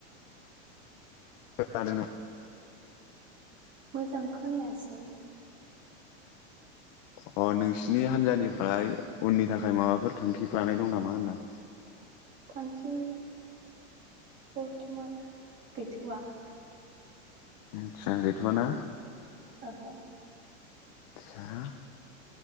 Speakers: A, on the left; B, on the right.
A: <unintelligible>
B: मोजां खोनायासै।
A: अ नोंसिनि हान्जानिफ्राय उननि थाखाय माबाफोर थांखि लानाय दं नामा होनदों।
B: थांखि बरथ'मान गैथ'आ।
A: आच्छा गैथ'आना?
B: ओहो।
A: साह